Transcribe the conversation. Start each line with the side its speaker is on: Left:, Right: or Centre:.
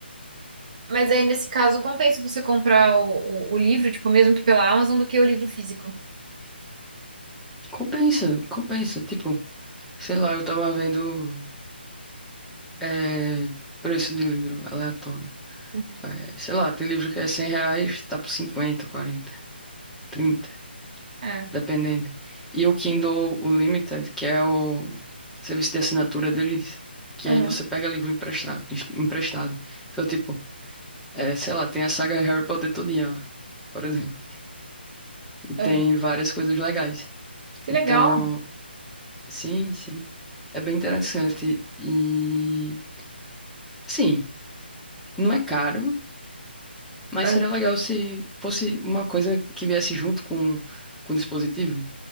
Right: Mas aí, nesse caso, compensa você comprar o, o, o livro, tipo, mesmo que pela Amazon, do que o livro físico.
Centre: Compensa, compensa. Tipo, sei lá, eu tava vendo. É, preço de livro aleatório.
Right: Uhum.
Centre: É, sei lá, tem livro que é 100 reais, tá por 50, 40, 30,
Right: É.
Centre: dependendo. E o Kindle Unlimited, que é o serviço de assinatura deles, que
Right: Aham.
Centre: aí você pega livro emprestado. emprestado. Então, tipo, é, sei lá, tem a saga Harry Potter todinha lá, por exemplo. E tem
Right: Aham.
Centre: várias coisas legais.
Right: Que
Centre: Então,
Right: legal.
Centre: sim, sim. É bem interessante. E, assim, não é caro. Mas
Right: Aham.
Centre: seria legal se fosse uma coisa que viesse junto com, com o dispositivo.